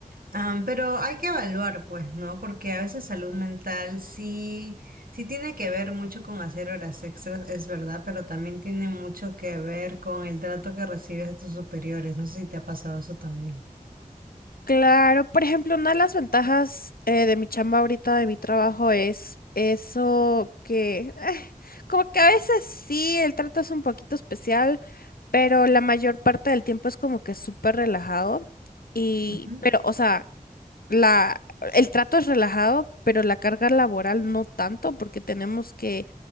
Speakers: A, on the right; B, on the left.
A: Am, pero hay que evaluar, pues, ¿no? Porque a veces salud mental sí, sí tiene que ver mucho con hacer horas extras, es verdad, pero también tiene mucho que ver con el trato que recibes de tus superiores. No sé si te ha pasado eso también.
B: Claro, por ejemplo, una de las ventajas eh, de mi chamba ahorita, de mi trabajo, es eso que, <laughs> eh, como que a veces sí, el trato es un poquito especial, pero la mayor parte del tiempo es como que súper relajado. Y,
A: Ujú,
B: pero, o sea, la, el trato es relajado, pero la carga laboral no tanto, porque tenemos que